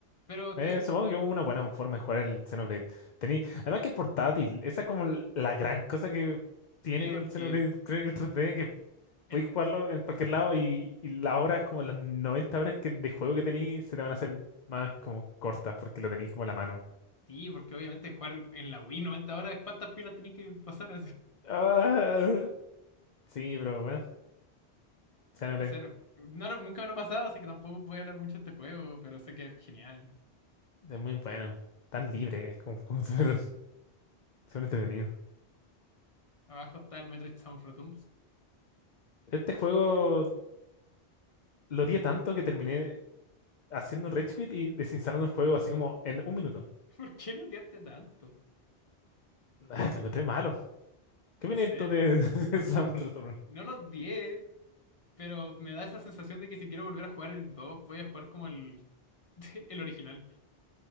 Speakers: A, on the left; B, on the left.
A: Pero
B: Eh,
A: que,
B: supongo que hubo una buena forma de jugar el Xenoblade. Tení, además que es portátil. Esa es como l- la gran cosa que tiene
A: sí, porque.
B: el Xenoblade Chronicles 3D
A: El,
B: podéis jugarlo en cualquier lado y, y las horas, como las 90 horas que, de juego que tenéis, se te van a hacer más como cortas porque lo tenéis como en la mano.
A: sí, porque obviamente jugar en la Wii 90 horas, ¿cuántas pilas tenés que pasar?
B: Ah, sí, pero bueno, Xenoblade
A: Ese no- no lo- nunca me lo he pasado, así que tampoco voy a hablar mucho de este juego, pero sé que es genial.
B: es muy bueno. Tan libre, es como, como <laughs> súper súper entretenido.
A: Abajo está el Metroid Samus Returns.
B: Este juego lo odié tanto que terminé haciendo un rage quit y desinstalando el juego así como en un minuto. <laughs>
A: <laughs> ¿Por qué lo odiaste tanto?
B: Ah, lo encontré malo. ¿Qué viene
A: No sé,
B: tú de, <laughs> de Samus Return?
A: no lo odié, pero me da esa sensación de que si quiero volver a jugar el 2 voy a jugar como el, <laughs> el original.